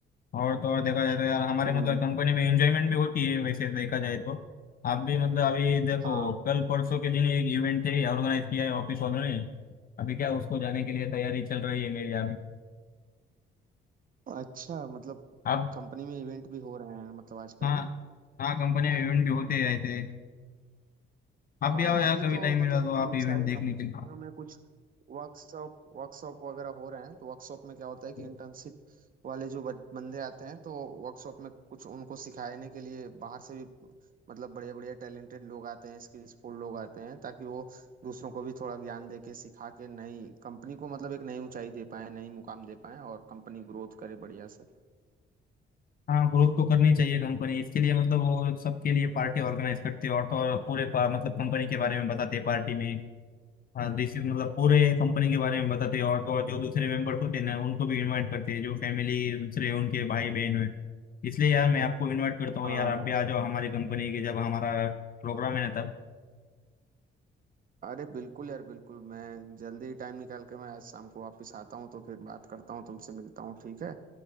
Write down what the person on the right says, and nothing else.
हम्म
हाँ
अच्छा मतलब
कंपनी में इवेंट भी हो रहे हैं मतलब आजकल
ना
हाँ
अभी
तो
मतलब
इन
सारी
कंपनियों
में कुछ वर्कशॉप वर्कशॉप वगैरह हो रहे हैं तो वर्कशॉप में क्या होता है कि
इंटर्नशिप वाले जो बन- बंदे आते हैं तो वर्कशॉप में कुछ उनको सिखाने के लिए बाहर से भी मतलब बढ़िया बढ़िया टैलेंटेड लोग आते हैं स्किल्सफुल लोग आते हैं ताकि वो दूसरों को भी थोड़ा ज्ञान दे के सिखा के नई कंपनी को मतलब एक नई ऊंचाई दे पाए नई मुकाम दे पाए और कंपनी ग्रोथ करे बढ़िया से
हाँ
हाँ
अरे बिल्कुल यार बिल्कुल मैं जल्दी टाइम निकाल के मैं आज शाम को वापस आता हूँ तो फिर बात करता हूँ तुमसे मिलता हूँ ठीक है